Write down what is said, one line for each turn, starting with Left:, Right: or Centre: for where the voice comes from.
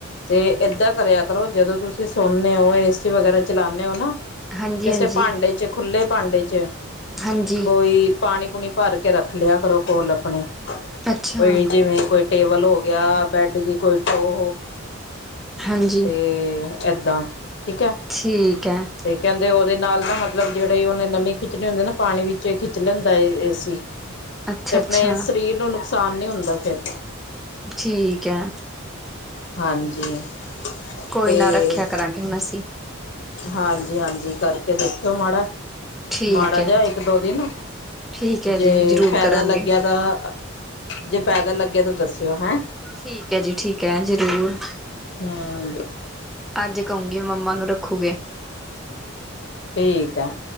Left: ਤੇ ਏਦਾਂ ਕਰਿਆ ਕਰੋ ਜਦੋਂ ਤੁਸੀਂ ਸੌੰਦੇ ਹੋ ਏਸੀ ਵਗੈਰਾ ਚਲਾਉਂਦੇ ਹੋ ਨਾ
Centre: ਹਾਂਜੀ
Left: ਕਿਸੇ
Centre: ਹਾਂਜੀ
Left: ਭਾਂਡੇ ਚ ਖੁੱਲੇ ਭਾਂਡੇ ਚ
Centre: ਹਾਂਜੀ।
Left: ਕੋਈ ਪਾਣੀ ਪੂਣੀ ਭਰ ਕੇ ਰੱਖ ਲਿਆ ਕਰੋ ਕੋਲ ਆਪਣੇ
Centre: ਅੱਛਾ
Left: ਕੋਈ ਜਿਵੇਂ ਕੋਈ ਟੇਬਲ ਹੋ ਗਿਆ ਬੈਡ ਦੀ ਕੋਈ ਟੋ
Centre: ਹਾਂਜੀ
Left: ਤੇ ਏਦਾਂ ਠੀਕ ਹੈ।
Centre: ਠੀਕ ਹੈ।
Left: ਤੇ ਕਹਿੰਦੇ ਉਹਦੇ ਨਾਲ ਨਾ ਮਤਲਬ ਜਿਹੜੇ ਉਹਨੇ ਨਵੀ ਖਿੱਚਣੀ ਹੁੰਦੀ ਨਾ ਪਾਣੀ ਵਿੱਚੋ ਹੀ ਖਿੱਚ ਲੈਂਦਾ ਏ ਸੀ
Centre: <inaudible>
Left: ਤੇ ਆਪਣੇ
Centre: ਅੱਛਾ
Left: ਸਰੀਰ ਨੂੰ ਨੁਕਸਾਨ ਨੀ ਹੁੰਦਾ ਫੇਰ
Centre: ਠੀਕ ਹੈ।
Left: ਹਾਂਜੀ
Centre: ਕੋਈ
Left: ਤੇ
Centre: ਨਾ ਰੱਖਿਆ ਕਰਾਂਗੇ ਹੁਣ ਅਸੀਂ
Left: ਹਾਂਜੀ ਹਾਂਜੀ ਕਰਕੇ ਦੇਖਿਓ ਮਾੜਾ
Centre: ਠੀਕ
Left: ਮਾੜਾ
Centre: ਹੈ
Left: ਜਿਹਾ ਇੱਕ ਦੋ ਦਿਨ
Centre: ਠੀਕ ਹੈ
Left: ਜੇ
Centre: ਜੀ ਜ਼ਰੂਰ
Left: ਫਾਇਦਾ
Centre: ਕਰਾਂਗੇ
Left: ਲੱਗਿਆ ਤਾਂ ਜੇ ਫਾਇਦਾ ਲੱਗਿਆ ਤਾਂ ਦੱਸਿਓ ਹੈਂ।
Centre: ਠੀਕ ਹੈ ਜੀ ਠੀਕ ਹੈ ਜ਼ਰੂਰ
Left: ਹਾਂ
Centre: ਅੱਜ ਕਹੂਗੀ ਮੰਮਾ ਨੂੰ ਰੱਖੂਗੇ
Left: ਠੀਕ ਆ।